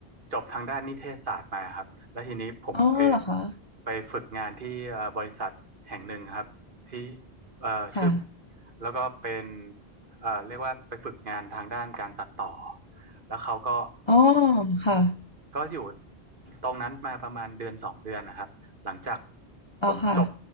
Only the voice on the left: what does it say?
อ๋อเหรอคะ
ค่ะ
อ๋อค่ะ
อ๋อค่ะ